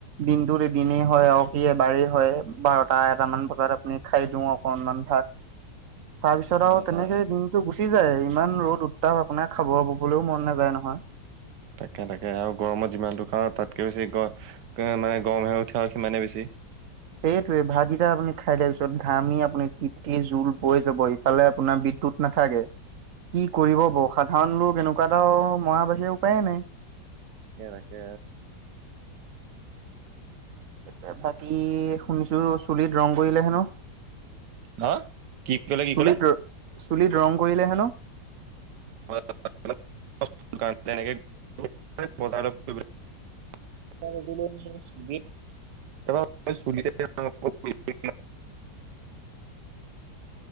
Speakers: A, on the right; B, on the right.
A: দিনটোত এ দিনেই হয় আৰু, কি এবাৰেই হয় বাৰটা এটাামান বজাত আপুনি খাই দিও, অকনমান ভাত।
B: <inaudible>
A: তাৰপিছত আৰু
B: হয়
A: তেনেকে
B: হয়
A: দিনতটো গুচি যায়, ইমান ৰ'দ উত্তাপ আপোনাৰ খাব হ'লেও মন নাযায় নহয়।
B: তাকে, তাকে আৰু গৰমত যিমান দুৰ খাওঁ, তাতকৈ বেছি গ মানে গৰমহে উঠাওঁ সিমানেই বেছি
A: সেইটোৱে ভাতকেইটা আপুনি খাই দিয়াৰ, পিছত ঘামি আপুনি তিতি জোল বৈ যাব ইফালে আপোনাৰ বিদ্যুত নাথাকে।
B: <inaudible>
A: কি কৰিব ব সাধাৰণ লোক এনেকুৱা এটা মৰা বাহিৰে উপায়ে নাই।
B: তাকে তাকে।
A: এয়া, বাকী শুনিছো চুলিত ৰং কৰিলে হেনো।
B: হা, কি ক'লে, কি
A: চুলিত
B: ক'লে?
A: চুলিত ৰং কৰিলে হেনো।
B: <unintelligible> <unintelligible>